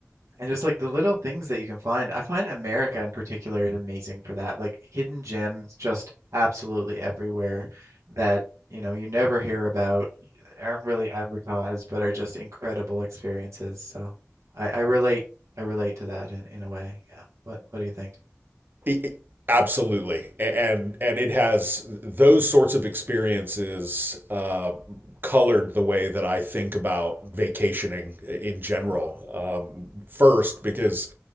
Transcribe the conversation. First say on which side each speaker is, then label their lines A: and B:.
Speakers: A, on the right (about 80°); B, on the right (about 40°).
A: and just like the little things that you can find. I find America in particular is amazing for that. Like hidden gems just absolutely everywhere that, you know, you never hear about, aren't really advertised, but are just incredible experiences. So I, I relate I relate to that in, in a way. Yeah. What what do you think?
B: It, absolutely, and and it has those sorts of experiences uh, colored the way that I think about vacationing in general.
A: Mm-hmm.
B: Um, first, because